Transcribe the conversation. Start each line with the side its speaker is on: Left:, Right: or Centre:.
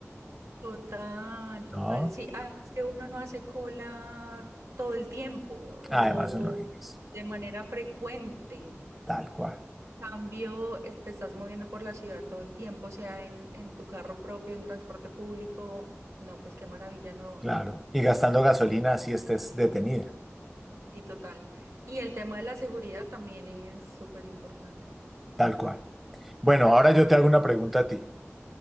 Right: Total, total.
Centre: <laughs> ¿no?
Right: Sí, además que uno no hace cola todo el tiempo o,
Centre: Además uno
Right: o
Centre: es
Right: de manera frecuente.
Centre: tal cual,
Right: cambio, es- te estás moviendo por la ciudad todo el tiempo, sea en, en tu carro propio, en transporte público. No, pues qué maravilla, no.
Centre: claro, y gastando gasolina si estés detenida,
Right: Sí, total. Y el tema de la seguridad también es súper importante.
Centre: tal cual. Bueno, ahora yo te hago una pregunta a ti.